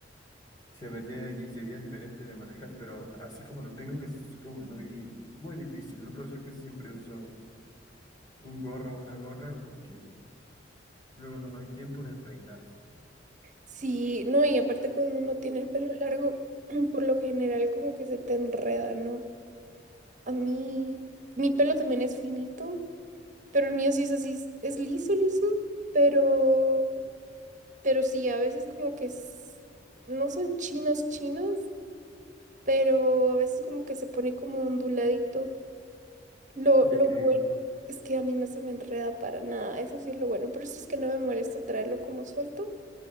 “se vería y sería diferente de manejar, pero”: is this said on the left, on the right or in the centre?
Left